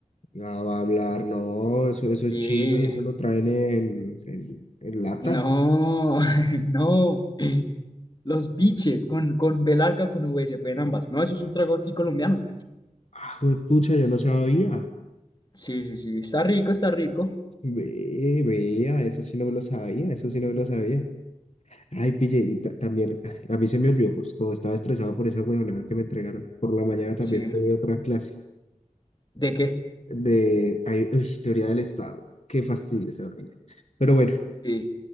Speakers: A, on the left; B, on the left.
A: ah, va a hablar, no, eso, eso
B: Sí,
A: es chino y eso lo traen en, en, en lata.
B: no, <laughs> no. Los biches con, con B larga, con V, se pueden ambas. No, eso es un trago aquí colombiano.
A: Ah, pucha, yo no sabía.
B: Sí, sí, sí, está rico, está rico.
A: Ve, vea, eso sí no me lo sabía, eso sí no me lo sabía. Ay, pille, y ta- también, ay, a mí se me olvidó, pues como estaba estresado por esa huevonada que me entregaron. Por la mañana también
B: Sí.
A: tuve otra clase
B: ¿De qué?
A: de ay, uy, teoría del Estado. Qué fastidio esa vaina. Pero bueno.
B: Sí.